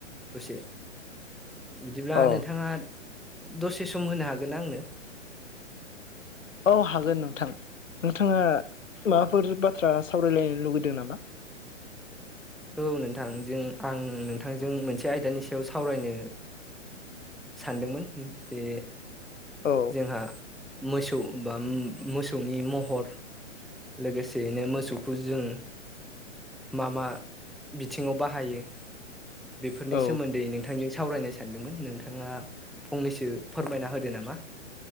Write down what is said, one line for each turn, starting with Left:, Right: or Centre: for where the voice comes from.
Centre: दसे बिदिब्ला
Left: अ
Centre: नोंथाङा दसे सम होनो हागोन आंनो
Left: औ हागोन नोंथां नोंथाङा माबाफोर बाथ्रा सावरायलायनो लुगैदों नामा
Centre: औ नोंथांजों आं नोंथांजों मोनसे आयदानि सायाव सावरायनो सानदोंमोन जे
Left: औ
Centre: जोंहा मोसौ बा मोसौनि महर लोगोसेयैनो मोसौखौ जों मा मा बिथिङाव बाहायो बेफोरनि
Left: औ
Centre: सोमोन्दै नों थांजों सावरायनो सानदोंमोन नोंथाङा फंनैसो फोरमायना होदो नामा